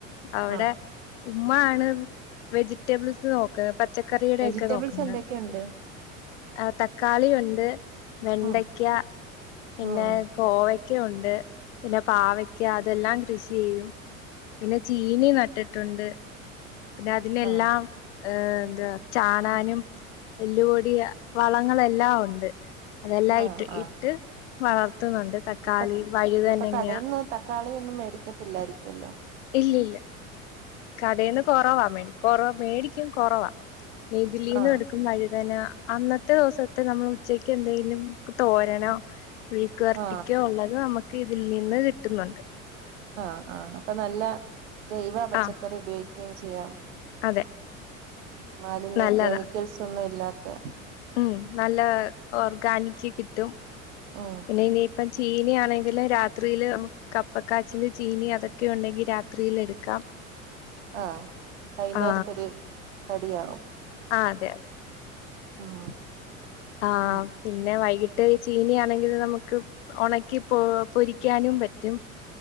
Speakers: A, on the left; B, on the right.
A: അവ്ടെ
B: ആ
A: ഉമ്മാണ് വെജിറ്റബിൾസ് <unintelligible> പച്ചക്കറിയുടെ
B: വെജിറ്റബിൾസ്
A: ഒക്കെ നോക്കുന്നത്
B: എന്തൊക്കെയുണ്ട്
A: ആഹ് തക്കാളിയൊണ്ട് വെണ്ടയ്ക്ക
B: ഉം
A: പിന്നെ
B: ഉം
A: കോവയ്ക്കയൊണ്ട് പിന്നെ പാവക്ക അതെല്ലാം കൃഷി ചെയ്യും പിന്നെ ചീനി നട്ടിട്ടൊണ്ട് പിന്നെ അതിലെല്ലാം
B: ആ
A: ഏഹ് എന്താ ചാണാനും എല്ലുപൊടിയ വളങ്ങളെല്ലാ ഒണ്ട് അതെല്ലാം
B: ആ
A: ഇട്ട്
B: ആ
A: ഇട്ട് വളർത്തുനൊണ്ട് തക്കാളി
B: അപ്പൊ
A: വഴുതനങ്ങ
B: അപ്പൊ കടയിൽന്ന് തക്കാളിയൊന്നും മേടിക്കത്തില്ലായിരിക്കുവല്ലോ
A: ഇല്ലില്ല കടയിന്ന് കൊറവാ മേട് മേടിക്കും കൊറവാ <unintelligible>
B: ആ
A: എടുക്കും വഴിതന അന്നത്തെ ദിവസത്തെ നമ്മള് ഉച്ചക്ക് എന്തെങ്കിലും തോരനൊ മെഴക്കുവർട്ടിക്കോ
B: ആ
A: ഉള്ളത് നമുക്ക് ഇതിൽ നിന്ന് കിട്ടുന്നുണ്ട്
B: ആഹ് ആഹ് അപ്പൊ നല്ല ജൈവ പച്ചക്കറി
A: ആ
B: ഉപയോഗിക്കുകയും ചെയ്യാം
A: അതെ
B: മാലിന്യ
A: നല്ലതാ
B: കെമിക്കൽസ് ഒന്നും ഇല്ലാത്ത
A: ഉം നല്ല ഓർഗാനിക്ക് കിട്ടും
B: ഉം
A: പിന്നെ ഇനിയിപ്പം ചീനയാണെങ്കിലും രാത്രിയില് ന കപ്പക്കാച്ചില് ചീനി അതൊക്കെ ഉണ്ടെങ്കി രാത്രിൽ എടുക്കാം
B: ആഹ് വൈന്നേരത്തൊരു
A: ആ
B: കടിയാവും.
A: ആഹ് അതെ അതെ
B: ഉം
A: ആഹ്
B: ഉം
A: പിന്നെ വൈകിട്ട് ചീനി ആണെങ്കിൽ നമുക്ക് ഒണക്കി പോ പൊരിക്കാനും പറ്റും